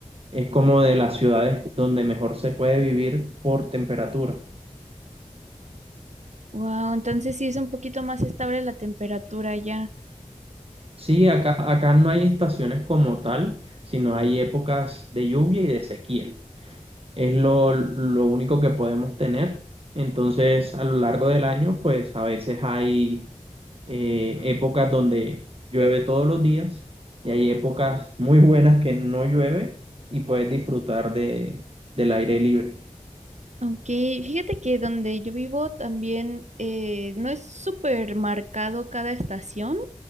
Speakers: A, on the right; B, on the right.
A: es como de las ciudades donde mejor se puede vivir por temperatura.
B: wow. Entonces sí es un poquito más estable la temperatura ya.
A: Sí, acá, acá no hay estaciones como tal, sino hay épocas de lluvia y de sequía. Es lo, lo único que podemos tener. Entonces, a lo largo del año, pues a veces hay eh, épocas donde llueve todos los días y hay épocas muy buenas que no llueve y puedes disfrutar de, del aire libre.
B: Ok, fíjate que donde yo vivo también eh, no es súper marcado cada estación,